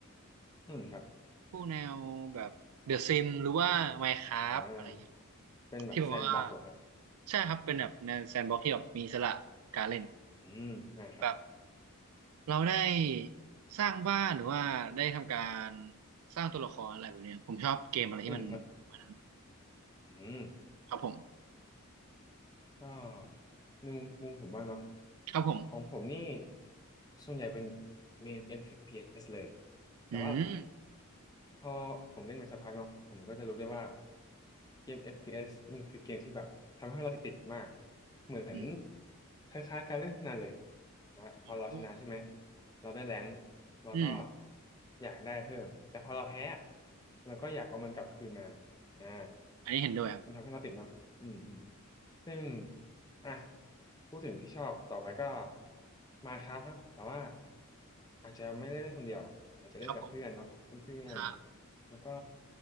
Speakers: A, on the left; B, on the right.
A: อืมครับ
B: พวกแนวแบบเดอะซิมหรือว่า Minecraft
A: อ่า
B: อะไรเงี้ย
A: เป็นแบบแซนด์บ็อกซ์เหรอครับ
B: ที่แบบว่าใช่ครับเป็นแบบแนวแซนด์บ็อกซ์ที่แบบมีอิสระการเล่น
A: อืมอ่าครับ
B: แบบ เราได้สร้างบ้านหรือว่าได้ทำการสร้างตัวละครอะไรพวกเนี้ยผมชอบเกมอะไรที่มันประมาณนั้น
A: อืมครับอืม
B: ครับผม
A: ก็ในมุมมุมผมบ้างเนาะ
B: ครับผม
A: ของผมนี่ส่วนใหญ่เป็นเมน FPS เอสเลยแต่ว่า
B: อืม
A: พอผมเล่นมาสักพักเนาะผมก็จะรู้ได้ว่าเกม FPS มันคือเกมที่แบบทำให้เราติดติดมากเหมือน
B: อืม
A: คล้ายๆการเล่นพนันเลยนะพอเราชนะใช่ไหม
B: โอ้โห
A: เราได้แรงค์เราก็
B: อืม
A: อยากได้เพิ่มแต่พอเราแพ้เราก็อยากเอามันกลับคืนมาอ่า
B: อันนี้เห็นด้วยครับ
A: มันทำให้เราติดเนาะอืมอืม ซึ่งอ่ะพูดถึงพี่ชอบต่อไปก็มาครับครับแต่ว่าอาจจะไม่ได้เล่นคนเดียวอาจจะเล่นกับเพื่อนเนาะเพื่อนๆแล้วก็
B: ครับผมครับ